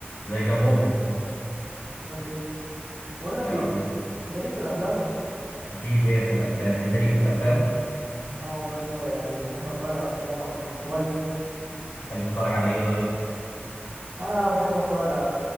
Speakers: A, on the left; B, on the right.
A: ازيك يا مؤمن
B: ازيك يا يوسف بقول لك
A: آه،
B: ايه
A: أخ-
B: انت ليك في الافلام
A: اكيد ليا في الافلام انت ليك في الافلام
B: اه والله زي يعني بحب اتفرج على افلام اصلا دي هوايتي
A: تحب تتفرج على ايه طيب؟
B: انا بحب اتفرج على